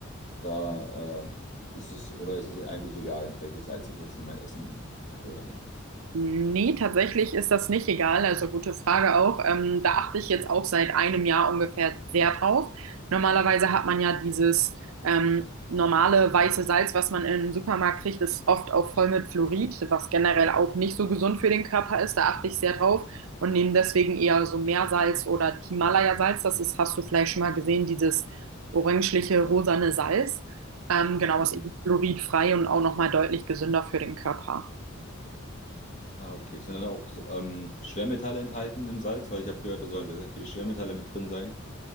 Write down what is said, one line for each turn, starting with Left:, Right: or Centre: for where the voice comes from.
Left: da, äh, ist es, oder ist es eigentlich egal, welches Salz ich jetzt in mein Essen packe oder nicht?
Right: Nee, tatsächlich ist das nicht egal. Also gute Frage auch. Ähm, da achte ich jetzt auch seit einem Jahr ungefähr sehr drauf. Normalerweise hat man ja dieses ähm, normale weiße Salz, was man im Supermarkt kriegt, ist oft auch voll mit Fluorid, was generell auch nicht so gesund für den Körper ist. Da achte ich sehr drauf und nehme deswegen eher so Meersalz oder Himalaya-Salz. Das ist, hast du vielleicht schon mal gesehen, dieses orangeliche, rosane Salz. Ähm, genau,
Left: Mhm.
Right: ist eben fluoridfrei und auch nochmal deutlich gesünder für den Körper.
Left: Ah, okay. Sind dann auch ähm, Schwermetalle enthalten im Salz? Weil ich habe gehört, da sollen sehr, sehr viele Schwermetalle mit drin sein,